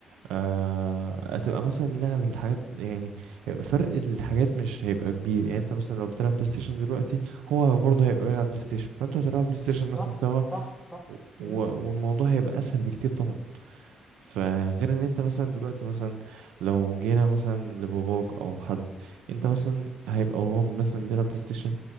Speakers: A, on the right; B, in the centre.
A: آه، هتبقى مثلا لعب الحاجات يعني هيبقى فرق الحاجات مش هيبقى كبير يعني انت مثلا لو بتلعب بلاي ستيشن دلوقتي هو برضه هيبقى بيلعب بلاي ستيشن فانتوا هتلعبوا بلاي ستيشن مثلا
B: صح
A: سوا
B: صح صح
A: و-
B: مم.
A: والموضوع هيبقى اسهل بكتير طبعا فغير ان انت مثلا دلوقتي مثلا لو جينا مثلا لباباك او حد انت مثلا هيبقى باباك مثلا بيلعب بلاي ستيشن